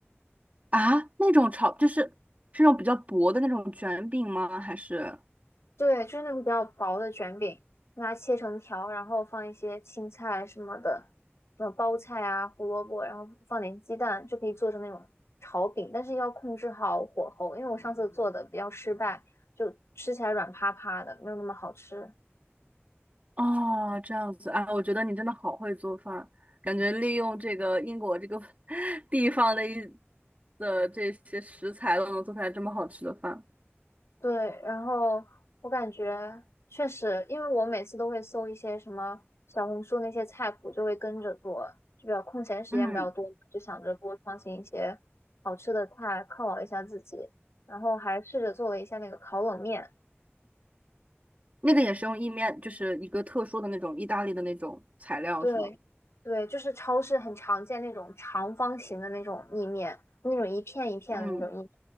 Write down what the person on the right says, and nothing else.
啊，那种炒就是是那种比较薄的那种卷饼吗？还是？
哦，这样子啊，我觉得你真的好会做饭，感觉利用这个英国这个 <laughs> 地方的一的这些食材都能做出来这么好吃的饭。
嗯。
那个也是用意面，就是一个特殊的那种意大利的那种材料，
是吗？
嗯